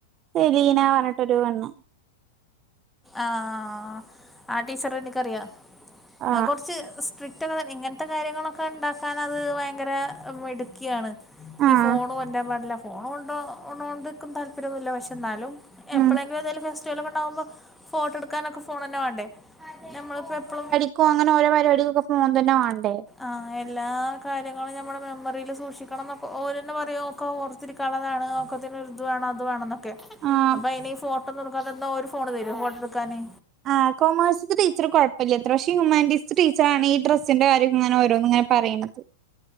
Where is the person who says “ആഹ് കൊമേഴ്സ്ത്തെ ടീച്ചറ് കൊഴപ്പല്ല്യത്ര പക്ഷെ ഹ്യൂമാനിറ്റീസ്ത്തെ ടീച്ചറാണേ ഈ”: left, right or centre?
Right